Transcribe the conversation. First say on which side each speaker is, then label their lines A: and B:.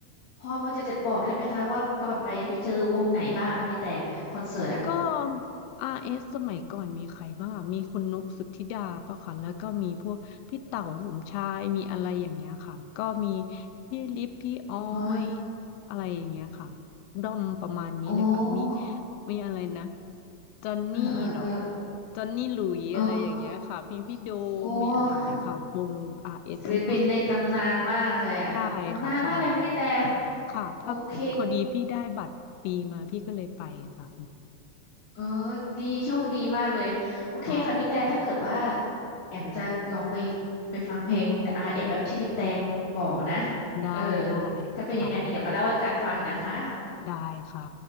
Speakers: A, on the left; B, on the left.
A: พอพอจะบอกได้ไหมคะว่าตอนไปไปเจอวงไหนบ้างคะพี่แต่คอนเสิร์ตอ่ะ
B: ก็อาร์เอสสมัยก่อนมีใครบ้างอะมีคุณนุกสุทธิดาป่ะค่ะแล้วก็มีพวกพี่เต๋าสมชายมีอะไรอย่างเงี้ยค่ะก็มีพี่ลิฟพี่ออย
A: อ๋อ
B: อะไรอย่างเงี้ยค่ะด้อมประมาณนี้เลยค่ะมี
A: โอ้
B: มีอะไรนะจอนนี่เหรอ
A: เออเออเออ
B: จอนนี่หลุยอะไรอย่างเงี้ยค่ะมีพี่โดมมีอะไรอย่างเงี้ยค่ะวงอาร์เอสทั้งหลาย
A: เออโอ้ศิลปินในตำนานมากเลยอ่ะตำนานมากเลยค่ะพี่แต่
B: ใช่ค่ะสมัยนั้นค่ะถ้าพอดีพี่ได้บัตรฟรีมาพี่ก็เลยไปค่ะ
A: โอเค เออดีโชคดีมากเลยโอเคค่ะพี่แต่ถ้าเกิดว่า
B: ค่ะ
A: แอมจะลองไปไปฟังเพลงอาร์เอแบบที่พี่แต่บอกนะ
B: ได้ได้
A: เออถ้าเป็นยังไงเดี๋ยวมาเล่าให้กันฟังอีกนะคะ
B: ค่ะได้ค่ะ